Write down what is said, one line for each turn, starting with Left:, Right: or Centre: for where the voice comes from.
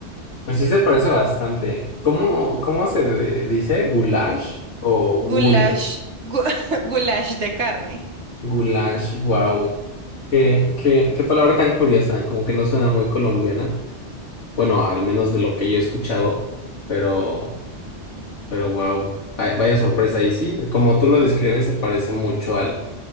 Left: Pues sí se parece bastante. ¿Cómo, cómo se de- dice? ¿Goulash o gula?
Right: Goulash, gu- <laughs> goulash de carne.
Left: Goulash, wow. Qué, qué, qué palabra tan curiosa. Como que no suena muy colombiana. Bueno, al menos de lo que yo he escuchado. pero Pero wow, vaya sorpresa. Y sí, como tú lo describes, se parece mucho al,